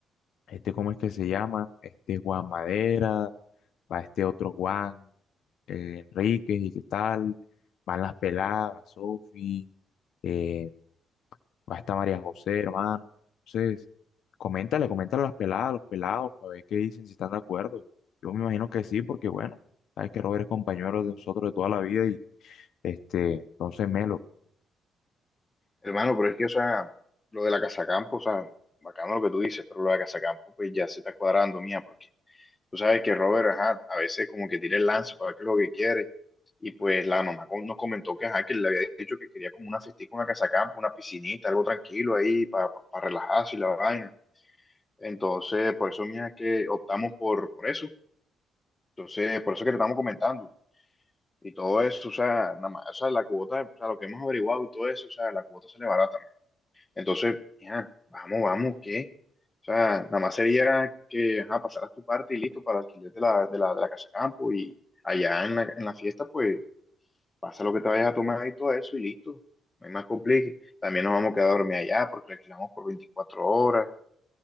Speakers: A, on the left (about 70°); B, on the left (about 20°).
A: este, ¿cómo es que se llama? Este Juan Madera, va este otro Juan, eh, Enríquez y qué tal, van las peladas, Sofi, eh, Va a estar María José, hermano. Entonces, coméntale, coméntale a las peladas, a los pelados, para ver qué dicen, si están de acuerdo. Yo me imagino que sí, porque bueno, sabes que Robert es compañero de nosotros de toda la vida y este, entonces Melo,
B: Hermano, pero es que, o sea, lo de la Casacampo, o sea, bacano lo que tú dices, pero lo de la Casacampo, pues ya se está cuadrando, mía, porque tú sabes que Robert, ajá, a veces como que tira el lance para ver qué es lo que quiere, y pues la mamá con- nos comentó que, ajá, que le había dicho que quería como una festica, una Casacampo, una piscinita, algo tranquilo ahí, para relajarse y la vaina. Entonces, por eso, mía, que optamos por, por eso. Entonces, por eso que te estamos comentando. Y todo eso, o sea, nada más, o sea, la cuota, o sea, lo que hemos averiguado y todo eso, o sea, la cuota sale barata, entonces, ya, vamos, vamos, ¿qué? O sea, nada más sería que ajá, pasaras tu parte y listo para el alquiler de la, de la, de la casa campo y allá en la, en la fiesta, pues pasa lo que te vayas a tomar y todo eso y listo. No hay más complique. También nos vamos a quedar a dormir allá porque la alquilamos por 24 horas